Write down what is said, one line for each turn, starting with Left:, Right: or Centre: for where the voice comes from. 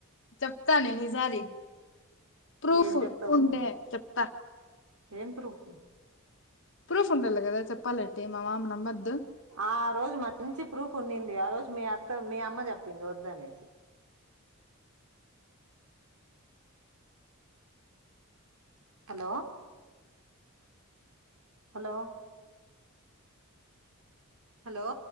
Left: చెప్తానేన్ ఈసారి ప్రూఫ్
Right: ఏం చెప్తావు
Left: ఉంటే చెప్తా
Right: ఏం ప్రూఫ్
Left: ప్రూఫ్ ఉండాలి కదా చెప్పాలంటే మా మామ నమ్మదు
Right: ఆ రోజు మంచి ప్రూఫ్ ఉన్నింది ఆ రోజ మీ అత్త మీ అమ్మ జేప్పింది ఒద్దు అనీ హలో హలో హలో